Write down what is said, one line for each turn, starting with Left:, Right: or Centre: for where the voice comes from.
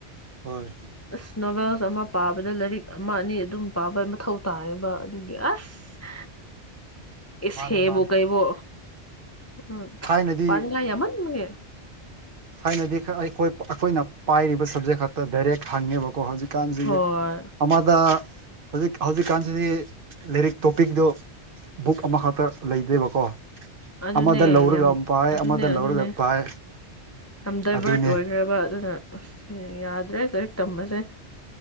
Right: ꯍꯣꯏ
Left: ꯑꯁ ꯅꯣꯚꯦꯜꯁ ꯑꯃ ꯄꯥꯕꯗ ꯂꯥꯏꯔꯤꯛ ꯑꯃ ꯑꯅꯤ ꯑꯗꯨꯝ ꯄꯥꯕ ꯃꯊꯧ ꯇꯥꯌꯦꯕ ꯑꯗꯨꯒꯤ ꯑꯁ ꯏꯁ
Right: ꯃꯥꯅꯦ
Left: ꯍꯦꯕꯣ
Right: ꯃꯥꯅꯦ
Left: ꯀꯩꯕꯣ ꯎꯝ
Right: ꯊꯥꯏꯅꯗꯤ
Left: ꯄꯗ ꯉꯥꯏ ꯌꯥꯃꯟ ꯃꯒ
Right: ꯊꯥꯏꯅꯗꯤ ꯑꯩꯈꯣꯏ ꯑꯩꯈꯣꯏꯅ ꯄꯥꯏꯔꯤꯕ ꯁꯕꯖꯦꯛ ꯈꯛꯇ ꯗꯥꯏꯔꯦꯛ ꯍꯪꯉꯦꯕꯀꯣ ꯍꯧꯖꯤꯛ ꯀꯥꯟꯁꯤ
Left: ꯍꯣꯏ
Right: ꯑꯃꯗ ꯍꯧꯖꯤꯛ ꯍꯧꯖꯤꯛꯀꯥꯟꯁꯤꯗꯤ ꯂꯥꯏꯔꯤꯛ ꯇꯣꯄꯤꯛꯇꯣ ꯕꯨꯛ ꯑꯃꯈꯛꯇ ꯂꯩꯇꯦꯕꯀꯣ
Left: ꯑꯗꯨꯅꯦ
Right: ꯑꯃꯗ ꯂꯧꯔꯒ
Left: ꯌꯥꯝ
Right: ꯄꯥꯏ
Left: ꯑꯗꯨꯅꯦ
Right: ꯑꯃꯗ
Left: ꯑꯗꯨꯅꯦ
Right: ꯂꯧꯔꯒ ꯄꯥꯏ
Left: ꯌꯥꯝ ꯗꯥꯏꯚꯔꯠ
Right: ꯑꯗꯨꯅꯦ
Left: ꯑꯣꯏꯈ꯭ꯔꯕ ꯑꯗꯨꯅ ꯎ ꯌꯥꯗ ꯇꯔꯥ ꯇꯔꯨꯛ ꯇꯝꯕꯁꯦ